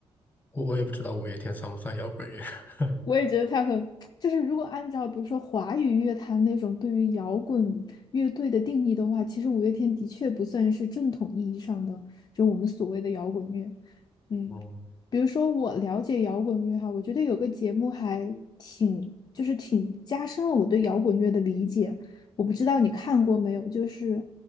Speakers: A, on the left; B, on the left.
A: 我我也不知道五月天算不算摇滚乐。<laughs>
B: 我也觉得他很，就是如果按照比如说华语乐坛那种对于摇滚乐队的定义的话，其实五月天的确不算是正统意义上的，就我们所谓的摇滚乐。嗯，
A: 哦，
B: 比如说我了解摇滚乐哈，我觉得有个节目还挺，就是挺加深了我对摇滚乐的理解。我不知道你看过没有，就是